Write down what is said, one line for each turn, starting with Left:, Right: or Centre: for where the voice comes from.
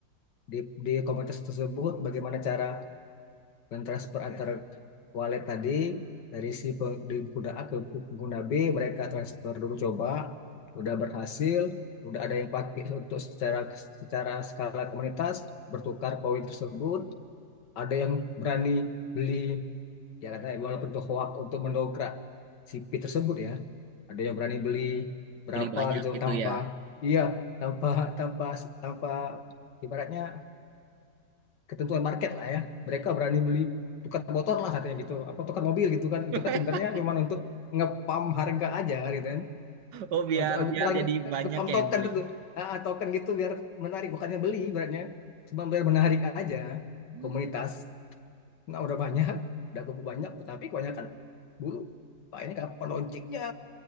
Left: di, di komunitas tersebut bagaimana cara dan antar wallet tadi dari si pengguna A ke pengguna B mereka transfer dulu coba udah berhasil udah ada yang pakai untuk secara secara skala komunitas bertukar koin tersebut ada yang berani beli ya katanya walaupun itu hoax untuk mendongkrak si P tersebut ya ada yang berani beli berapa
Right: beli banyak
Left: gitu
Right: gitu
Left: tanpa
Right: ya
Left: iya tanpa tanpa tanpa ibaratnya ketentuan market lah ya. Mereka berani beli tukar motor lah katanya gitu, apa tukar mobil gitu kan.
Right: <laughs>
Left: Itu kan sebenarnya cuma untuk ngepam harga aja kan gitu kan.
Right: oh biar
Left: Untuk eh,
Right: biar
Left: bukan
Right: jadi
Left: nge-
Right: banyak
Left: ngepam token
Right: yang beli
Left: itu. Ah, ah, token gitu biar menarik, bukannya beli ibaratnya. Cuma biar menarik aja
Right: Hmm.
Left: komunitas. Nah, udah banyak, udah cukup banyak, tapi kebanyakan dulu Pak ini kapan loncengnya?